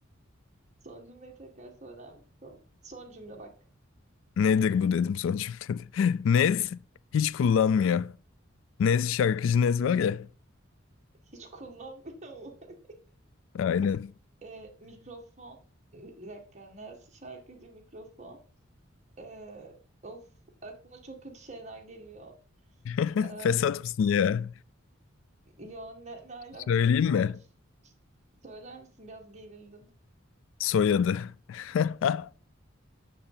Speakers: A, on the right; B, on the left.
A: Son cümleyi tekrar söyler misin? Son cümle bak.
B: Nedir bu dedim son cümlede. <laughs> Nez hiç kullanmıyor. Nez şarkıcı Nez var ya.
A: Hiç kullanmıyor mu? <laughs>
B: Aynen.
A: Ee, mikrofon. Bir dakika. Neresi şarkıcı mikrofon? Ee, of aklıma çok kötü şeyler geliyor.
B: <laughs>
A: Ee,
B: Fesat mısın ya?
A: yo ne, ne alakası
B: Söyleyeyim
A: var?
B: mi?
A: Söyler misin? Biraz gerildim.
B: Soyadı. <laughs>